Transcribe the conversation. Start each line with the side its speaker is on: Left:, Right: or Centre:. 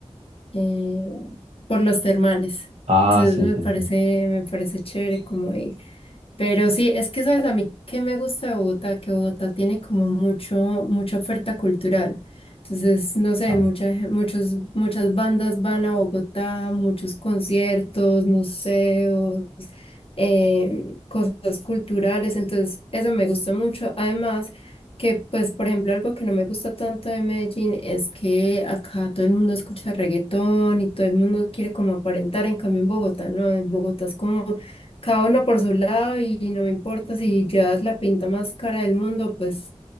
Left: eh, por los termales.
Right: Ah,
Left: Entonces
Right: sí,
Left: me
Right: sí,
Left: parece,
Right: sí.
Left: me parece chévere como ir. Pero sí, es que sabes a mí que me gusta de Bogotá, que Bogotá tiene como mucho, mucha oferta cultural. Entonces, no sé,
Right: Ah,
Left: muchas, muchos, muchas bandas van a Bogotá, muchos conciertos, museos, eh, cosas culturales. Entonces, eso me gusta mucho. Además, que pues, por ejemplo, algo que no me gusta tanto de Medellín es que acá todo el mundo escucha reggaetón y todo el mundo quiere como aparentar, en cambio en Bogotá, ¿no? En Bogotá es como cada uno por su lado y no me importa si llevas la pinta más cara del mundo, pues,